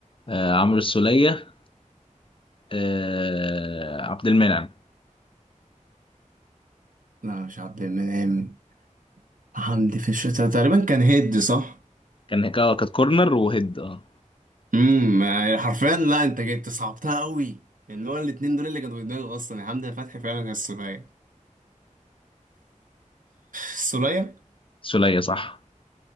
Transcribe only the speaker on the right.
لا مش عبد المنعم حمدي في الشتاء تقريبا كان هيد صح
امم يعني حرفيا لا انت جيت أنت صعبتها قوي لان هو الاتنين دول اللي كانوا في دماغي اصلا يا حمدي فتحي فعلا يا السولية السولية